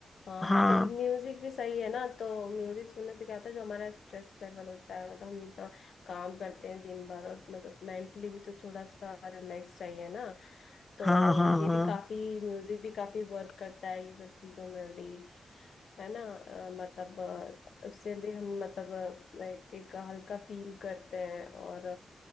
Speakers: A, on the left; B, on the left.
A: हाँ
B: हाँ
A: तो ये म्यूजिक भी सही है ना तो म्यूजिक सुनने से क्या होता है जो हमारा स्ट्रेस लेवल होता है मतलब हम इतना काम करते हैं दिन भर और मतलब मेंटली भी तो थोड़ा सा रिलैक्स चाहिए ना तो
B: हाँ हाँ
A: ये
B: हाँ
A: भी काफी म्यूजिक भी काफी वर्क करता है ये सब चीजों में भी है ना अ, मतलब अ, उससे भी हम मतलब अ, एक, एक हल्का फील करते हैं और